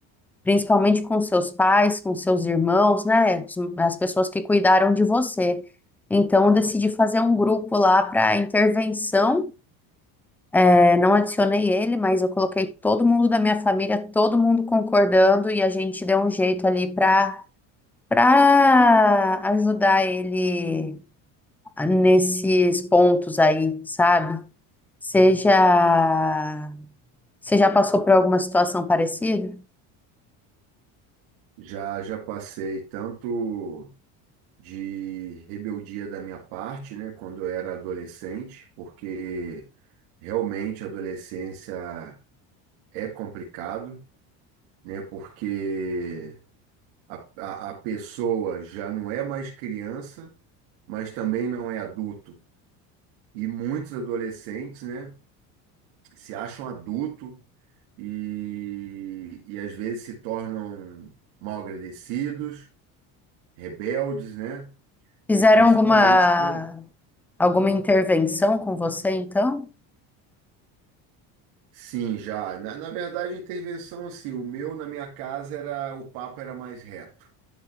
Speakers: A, in the centre; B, on the right.
A: principalmente com seus pais, com seus irmãos, né? As pessoas que cuidaram de você. Então, eu decidi fazer um grupo lá para intervenção é, não adicionei ele, mas eu coloquei todo mundo da minha família, todo mundo concordando e a gente deu um jeito ali para para ajudar ele nesses pontos aí, sabe? Seja você já passou por alguma situação parecida?
B: já já passei tanto de rebeldia da minha parte, né, quando eu era adolescente, porque realmente a adolescência é complicado, né, porque a, a, a pessoa já não é mais criança, mas também não é adulto. E muitos adolescentes, né? se acham adulto e, e às vezes se tornam mal agradecidos, rebeldes, né?
A: Fizeram
B: E principalmente
A: alguma
B: com.
A: alguma intervenção com você, então?
B: Sim, já. Na, na verdade, a intervenção, assim, o meu na minha casa era. O papo era mais reto,